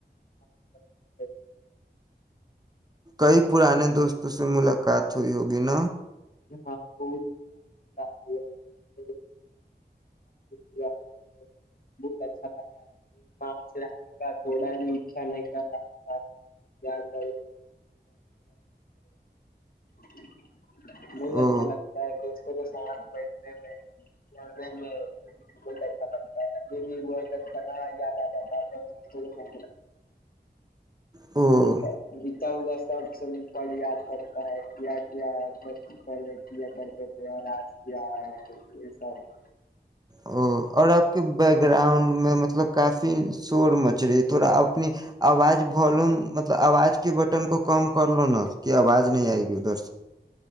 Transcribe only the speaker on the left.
ہاں پڑھائی چل رہا ہے
ہاں بہت د بعا ہےا ب چتا ہے تو بہت اچھا لگا ہےاں سے آنے کا تھوڑا بھی اچھا نہیں کر رہا تھا پڑے <inaudible> بہت
اچھا لگتا ہے تو تو ساتھ بیٹھنے میں چلنے میں اچھا لگتا ہے ابھی بھی بس سنا یاد آ جاتا ہےوں
جیتا جیتا ہوا سب سے پل یاد پڑتا ہے کیا کیا سب پہلے کیا کرتے تھے آج کیا ہے یہ سب